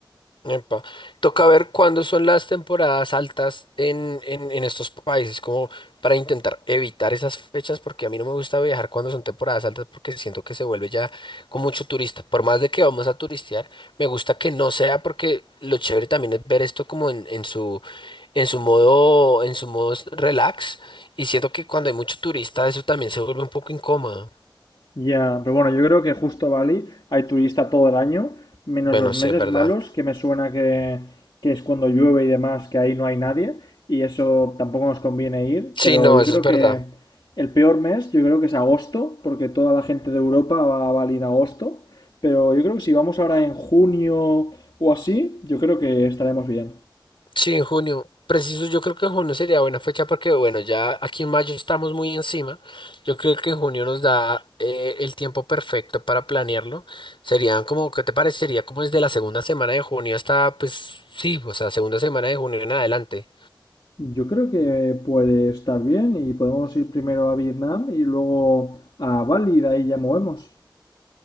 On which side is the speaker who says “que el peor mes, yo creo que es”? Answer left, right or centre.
Left